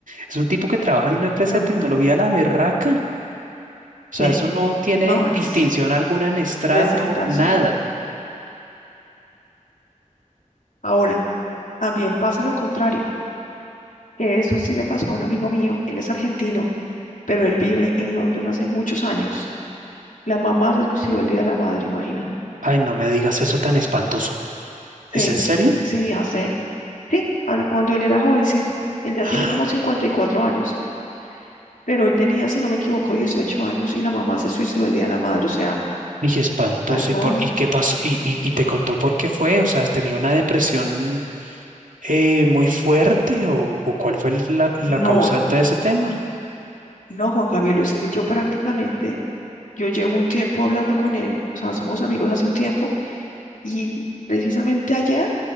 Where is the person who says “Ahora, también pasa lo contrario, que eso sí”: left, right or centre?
Left